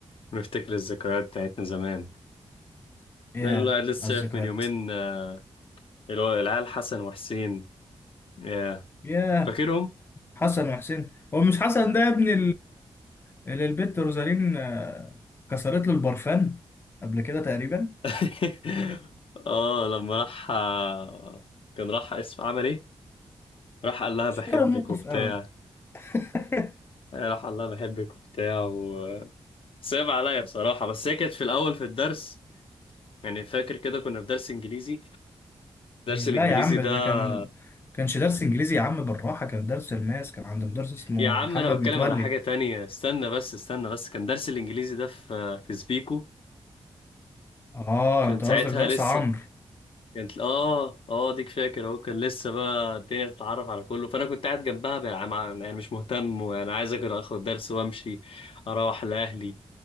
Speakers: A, on the left (about 60°); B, on the left (about 25°).
A: ونفتكر الذكريات بتاعتنا زمان
B: يا
A: ده اللي الواحد لسه
B: على
A: شايف
B: الذكريات
A: من يومين آه، اللي هو العيال حسن وحسين ياه.
B: ياه
A: فاكرهم
B: حسن وحسين هو مش حسن ده يا ابني للبت روزالين آه، كسرت له البرفان قبل كده تقريبا
A: <laughs> اه لما راح آه، كان راح اسم عمل ايه راح قال لها
B: مش
A: بحبك
B: فاكر الموقف
A: وبتاع
B: قوي <laughs>
A: آه، راح قال لها بحبك وبتاع وصعب عليا بصراحة بس هي كانت في الأول في الدرس يعني فاكر كده كنا في درس إنجليزي درس
B: لا
A: الإنجليزي
B: يا عم
A: ده
B: ده كان كانش درس انجليزي يا عم بالراحه كان درس الماس كان عند مدرس اسمه
A: يا عم
B: محمد
A: أنا بتكلم
B: متولي
A: على حاجة تانية استنى بس استنى بس كان درس الإنجليزي ده في آه، في سبيكو
B: اه
A: كان
B: انت
A: ساعتها
B: قصدك درس
A: لسه
B: عمرو
A: كانت اه اه ديك فاكر اهو كان لسه بقى الدنيا تتعرف على كله فانا كنت قاعد جنبها بقى مع- يعني مش مهتم وانا عايز اكل اخد درس وامشي اروح لاهلي